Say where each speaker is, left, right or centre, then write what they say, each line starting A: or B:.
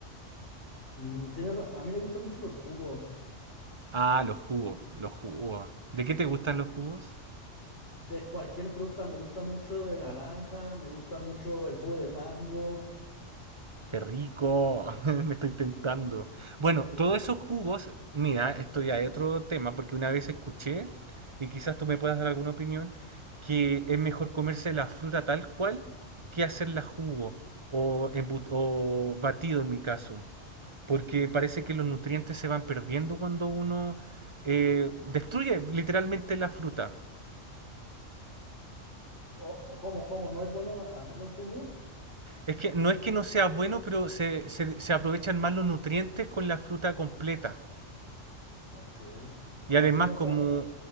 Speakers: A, on the left; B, on the right.
A: Mm, tienes ra- a mí me gustan mucho los jugos
B: Ah, los jugos, los jugos. ¿De qué te gustan los jugos?
A: de cualquier fruta. Me gusta mucho de naranja, me gusta mucho el jugo de mango.
B: Qué rico, <laughs> me estoy tentando. Bueno,
A: Me, gu-
B: todos esos jugos, mira, esto ya es otro tema, porque una vez escuché, y quizás tú me puedas dar alguna opinión, que es mejor comerse la fruta tal cual que hacerla jugo o, embu- o batido en mi caso, porque parece que los nutrientes se van perdiendo cuando uno eh, destruye literalmente la fruta.
A: o, o ¿cómo, cómo? ¿No es bueno hacerlo en jugo?
B: Es que no es que no sea bueno, pero se, se se aprovechan más los nutrientes con la fruta completa.
A: Ok. Ah,
B: Y además,
A: eso no
B: como,
A: sabía.